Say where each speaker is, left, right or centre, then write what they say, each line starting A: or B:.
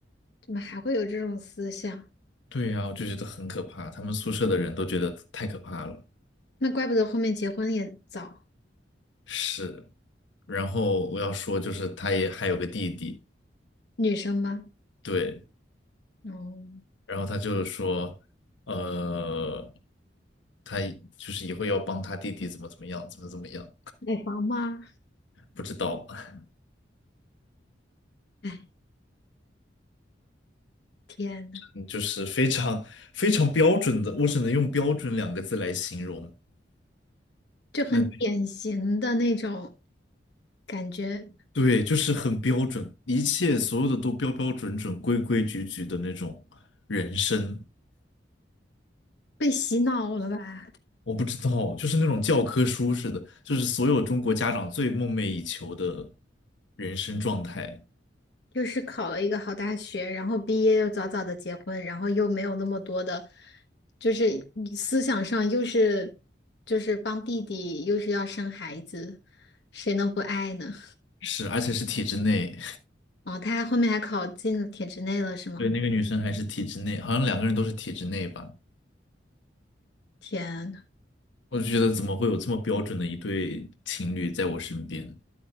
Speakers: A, on the left; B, on the left.
A: 怎么还会有这种思想？
B: 对呀，我就觉得很可怕，他们宿舍的人都觉得太可怕了。
A: 那怪不得后面结婚也早，
B: 是，然后我要说，就是他也还有个弟弟，
A: 女生吗？
B: 对，
A: 哦，
B: 然后他就是说，呃，他就是以后要帮他弟弟怎么怎么样，怎么怎么样，
A: 买房吗？
B: 不知道，<laughs>
A: 哎，天呐，
B: 嗯就是非常非常标准的，我只能用标准两个字来形容。
A: 就很典型的那种
B: 那
A: 感觉，
B: 对，就是很标准，一切所有的都标标准准、规规矩矩的那种人生。
A: 被洗脑了吧？
B: 我不知道，就是那种教科书似的，就是所有中国家长最梦寐以求的人生状态，
A: 又是考了一个好大学，然后毕业又早早的结婚，然后又没有那么多的，就是思想上又是就是帮弟弟，又是要生孩子，谁能不爱呢？
B: 是，而且是体制内。
A: 哦，他还后面还考进了体制内了，
B: <laughs>
A: 是吗？
B: 对，那个女生还是体制内，好像两个人都是体制内吧。
A: 天，
B: 我就觉得怎么会有这么标准的一对情侣在我身边？